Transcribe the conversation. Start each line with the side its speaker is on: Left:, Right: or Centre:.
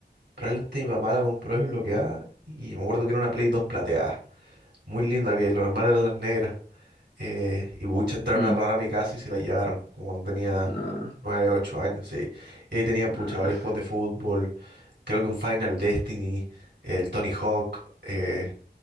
Right: probablemente mi papá la compró desbloqueada y me acuerdo que era una Play 2 plateada, muy linda, que lo normal eran las negras. eh, y bucha entraron
Left: Mm,
Right: a robar a mi casa y se la llevaron, como cuando tenía
Left: no,
Right: 9 8 años, sí. Y ahí tenía pucha
Left: no,
Right: varios juegos de fútbol, creo que un Final Destiny, el Tony Hawk, eh,